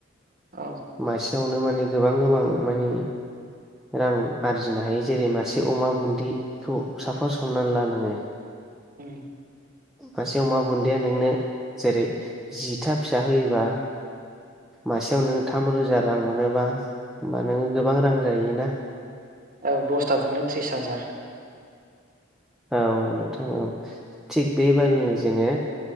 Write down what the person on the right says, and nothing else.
औ
ओम।
औ दसथाजोंनो त्रिस हाजार।